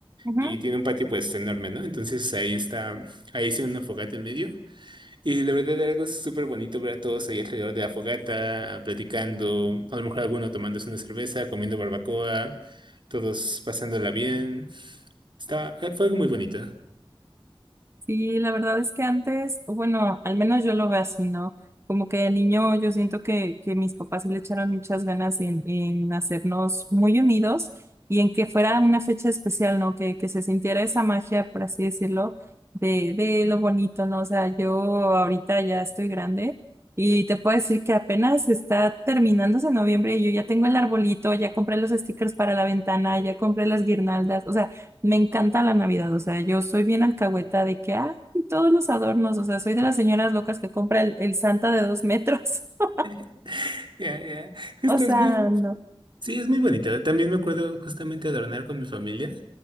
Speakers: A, on the right; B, on the right.
A: Ujú.
B: y tiene un patio pues enorme, ¿no? Entonces ahí está, ahí hicieron una fogata en medio. Y la verdad algo es súper bonito ver a todos ahí alrededor de la fogata, ah, platicando, a lo mejor alguno tomándose una cerveza, comiendo barbacoa, todos pasándola bien. Estaba, eh, fue algo muy bonito.
A: Sí, la verdad es que antes, o bueno, al menos yo lo veo así, ¿no? Como que de niño yo siento que, que mis papás sí le echaron muchas ganas en, en hacernos muy unidos y en que fuera una fecha especial, ¿no? Que, que se sintiera esa magia, por así decirlo, de, de lo bonito, ¿no? O sea, yo ahorita ya estoy grande y te puedo decir que apenas está terminándose noviembre y yo ya tengo el arbolito, ya compré los stickers para la ventana, ya compré las guirnaldas, o sea, me encanta la Navidad, o sea, yo soy bien alcahueta de que, ah, y todos los adornos, o sea, soy de las señoras locas que compra el, el Santa de dos metros. <laughs>
B: <laughs> Ya, ya. Esto
A: O sea,
B: es muy,
A: no.
B: sí, es muy bonito. También me acuerdo justamente adornar con mi familia,